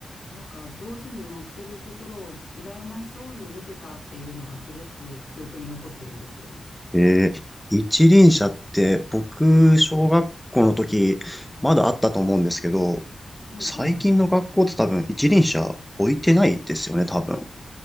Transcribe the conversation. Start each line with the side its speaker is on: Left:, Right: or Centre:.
Left: なんか上手に乗ってるところを羨ましそうに見てたっていうのがすごく記憶に残ってるんですよ。
Centre: えー、一輪車って、僕、
Left: はい。
Centre: 小学校の時、まだあったと思うんですけど、
Left: うんうんうん。
Centre: 最近の学校って多分一輪車置いてないですよね、多分。